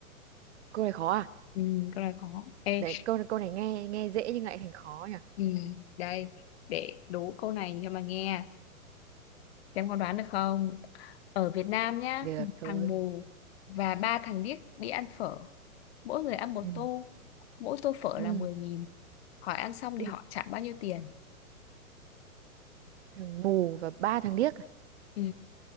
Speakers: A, on the right; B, on the left.
A: câu này khó à
B: ừ, câu này khó Ê,
A: đấy câu câu này nghe nghe dễ nhưng lại thành khó nhỉ
B: ừ, đây để đố câu này cho mà nghe Em có đoán được không? Ở Việt Nam nhá,
A: được thôi
B: thằng mù và ba thằng điếc đi ăn phở. Mỗi người ăn một
A: ừ.
B: tô. Mỗi tô phở
A: Ừ.
B: là mười nghìn Hỏi ăn xong
A: Úi
B: thì họ
A: giời,
B: trả bao nhiêu tiền?
A: thằng mù và ba thằng điếc à?
B: Ừ.